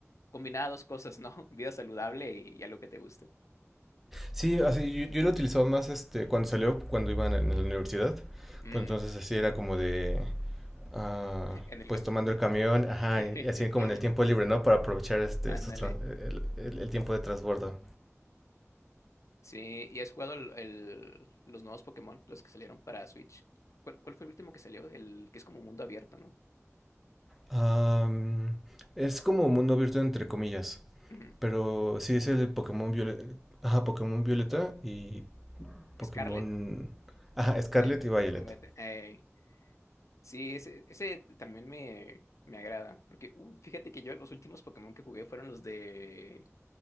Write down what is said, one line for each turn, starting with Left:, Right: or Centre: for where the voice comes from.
Left: combinaba dos cosas, ¿no? <laughs> Vida saludable y, y algo que te guste.
Centre: Sí, así yo, yo lo utilizaba más este cuando salió, cuando iban en la universidad,
Left: Mm,
Centre: pues entonces así era como de ah,
Left: <laughs> en el
Centre: pues
Left: camión.
Centre: tomando el camión, ajá,
Left: <laughs>
Centre: y así como en el tiempo libre, ¿no? Para aprovechar este
Left: Ándale.
Centre: estos tran- el, el- el tiempo de transbordo.
Left: Sí, ¿y has jugado el, el- los nuevos Pokémon, los que salieron para Switch? ¿Cuál, cuál fue el último que salió? El que es como mundo abierto, ¿no?
Centre: Am, es como mundo abierto entre comillas,
Left: Ujú.
Centre: pero sí es el Pokémon Violeta, ajá, Pokémon Violeta y Pokémon,
Left: Scarlet.
Centre: ajá, Scarlet
Left: Sí, sí,
Centre: y Violet,
Left: Scarlet. Ey. Sí, ese, ese también me, me agrada. Porque uh, fíjate que yo los últimos Pokémon que jugué fueron los de